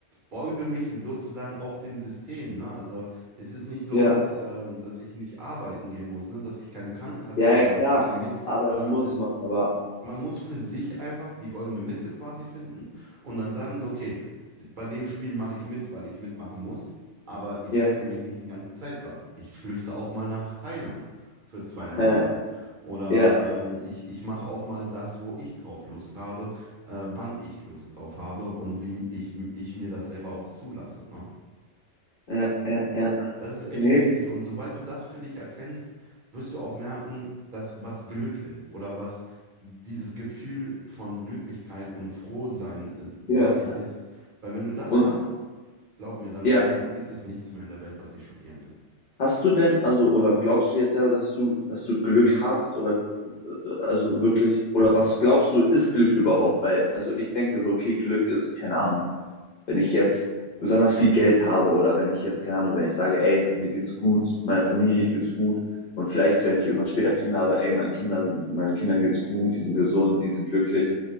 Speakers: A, on the right; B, on the left.
A: beuge mich sozusagen auch dem System. Ne? Also es ist nicht so,
B: ja,
A: dass, äh, dass ich nicht arbeiten gehen muss, ne? Dass ich keine Krankenkasse
B: ja,
A: zahlen
B: ja, klar.
A: muss, dass ich keine Miete,
B: Arbeiten
A: sondern
B: muss
A: es
B: man, aber
A: Man muss für sich einfach die goldene Mitte quasi finden und dann sagen so, okay, d- bei dem Spiel mache ich mit, weil ich mitmachen muss, aber ich
B: ja,
A: halte mich nicht die ganze Zeit dran. Ich flüchte auch mal nach Thailand für zwei Monate.
B: äh,
A: Oder
B: ja,
A: äh, ich, ich mache auch mal das, wo ich drauf Lust habe, äh, wann ich Lust drauf habe und wie ich, ich mir das selber auch zulasse. ne
B: ja, ja, ja.
A: das ist echt
B: Nee,
A: wichtig. Und sobald du das für dich erkennst, wirst du auch merken, dass was Glück ist oder was dieses Gefühl von Glücklichkeit und Frohsein äh,
B: ja.
A: wirklich ist. Weil wenn du das
B: Und
A: hast, glaub mir, dann,
B: ja,
A: dann gibt es nichts mehr in der Welt, was dich schockieren kann.
B: hast du denn, also, oder glaubst du jetzt selber, dass du, dass du Glück hast oder äh, also wirklich, oder was glaubst du, ist Glück überhaupt? Weil, also ich denke so, okay, Glück ist, keine Ahnung, Wenn ich jetzt besonders viel Geld habe oder wenn ich jetzt, keine Ahnung, wenn ich sage, ey, mir geht's gut, meiner Familie geht's gut und vielleicht, wenn ich irgendwann später Kinder habe, ey, meinen Kindern, meinen Kindern geht's gut, die sind gesund, die sind glücklich.